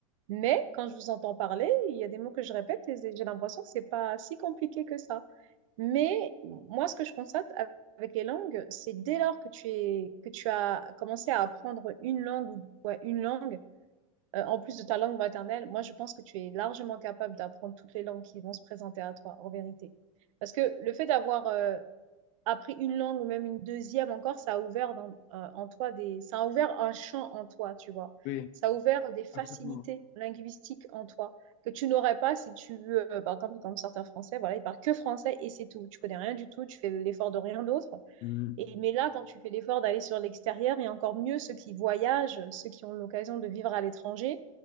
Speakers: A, on the right; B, on the left.
A: Mais quand je vous entends parler, il y a des mots que je répète et j'ai l'impression que c'est pas si compliqué que ça. Mais moi, ce que je constate avec les langues, c'est dès lors que tu es, que tu as commencé à apprendre une langue ou ouais, une langue, euh, en plus de ta langue maternelle, moi, je pense que tu es largement capable d'apprendre toutes les langues qui vont se présenter à toi, en vérité. Parce que le fait d'avoir euh, appris une langue ou même une deuxième encore, ça a ouvert dans, euh, en toi des, ça a ouvert un champ en toi, tu vois.
B: Oui,
A: Ça a ouvert des facilités
B: absolument.
A: linguistiques en toi que tu n'aurais pas si tu, euh, par exemple, comme certains Français, voilà, ils parlent que français et c'est tout. Tu connais rien du tout, tu fais l'effort de rien d'autre.
B: mm,
A: Et, mais là, quand tu fais l'effort d'aller sur l'extérieur, et encore mieux ceux qui voyagent, ceux qui ont l'occasion de vivre à l'étranger,